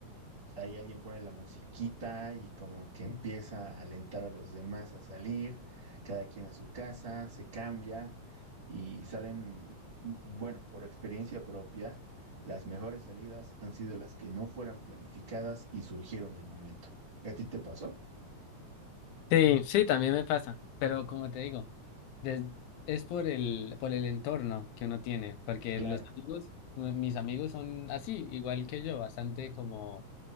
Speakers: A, on the right; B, on the left.
A: Ahí alguien pone la musiquita y como que empieza a alentar a los demás a salir, cada quien a su casa, se cambia y salen, bueno, por experiencia propia, las mejores salidas han sido las que no fueran planificadas y surgieron del momento. ¿A ti te pasó?
B: Sí, sí, también me pasa, pero como te digo, des- es por el, por el entorno que uno tiene, porque
A: Claro.
B: los amigos, mis amigos son así, igual que yo, bastante como